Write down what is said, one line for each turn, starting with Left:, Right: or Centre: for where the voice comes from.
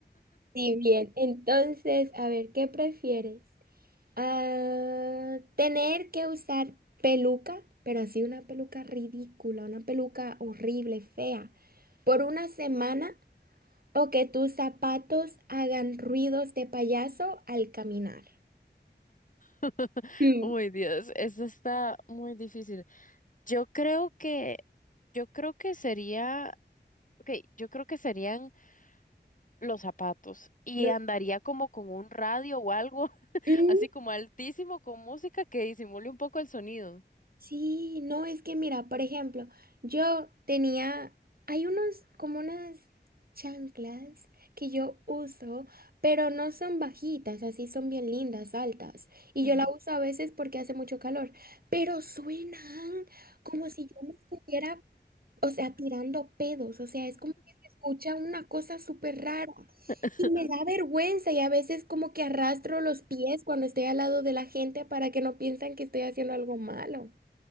Right: Sí, bien. Entonces, a ver, ¿qué prefieres? Ah, tener que usar peluca, pero así una peluca ridícula, una peluca horrible, fea, por una semana o que tus zapatos hagan ruidos de payaso al caminar.
Left: <laughs>
Right: Mm.
Left: Uy, Dios, eso está muy difícil. Yo creo que, yo creo que sería, ok, yo creo que serían los zapatos y
Right: Los-
Left: andaría como con un radio o algo <laughs>
Right: mm,
Left: así como altísimo con música que disimule un poco el sonido.
Right: Sí, no, es que mira, por ejemplo, yo tenía, hay unos como unas chanclas que yo uso, pero no son bajitas, así son bien lindas, altas. Y
Left: Ujú.
Right: yo la uso a veces porque hace mucho calor, pero suenan como si yo me estuviera, o sea, tirando pedos, o sea, es como que se escucha una cosa súper rara.
Left: <laughs>
Right: Y me da vergüenza y a veces como que arrastro los pies cuando estoy al lado de la gente para que no piensen que estoy haciendo algo malo.